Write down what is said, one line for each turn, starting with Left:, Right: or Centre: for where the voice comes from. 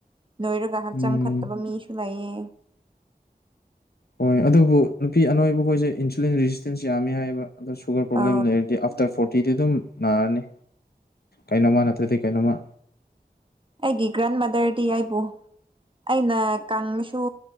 Right: ꯅꯣꯏꯔꯒ ꯍꯛꯆꯥꯡ
Left: ꯎꯝ
Right: ꯐꯠꯇꯕ ꯃꯤꯁꯨ ꯂꯩꯌꯦ
Left: ꯍꯣꯏ ꯑꯗꯨꯕꯨ ꯅꯨꯄꯤ ꯑꯅꯣꯏꯕ ꯑꯩꯈꯣꯏꯁꯦ ꯏꯟꯁꯨꯂꯤꯟ ꯖꯤꯁꯇꯦꯟꯁ ꯌꯥꯝꯃꯦ ꯍꯥꯏꯌꯦꯕ ꯑꯗꯣ ꯁꯨꯒꯔ
Right: ꯑ
Left: ꯄ꯭ꯔꯣꯕ꯭ꯂꯦꯝ ꯂꯩꯔꯗꯤ ꯑ ꯇꯔ ꯐꯣꯔꯇꯤꯗꯤ ꯑꯗꯨꯝ ꯅꯥꯔꯅꯤ ꯀꯩꯅꯣꯝꯃ ꯅꯠꯇ꯭ꯔꯗꯤ ꯀꯩꯅꯣꯝꯃ
Right: ꯑꯩꯒꯤ ꯒꯥꯔꯥꯟ ꯃꯗꯔꯗꯤ ꯑꯩꯕꯨ ꯑꯩꯅ ꯀꯪꯉꯁꯨ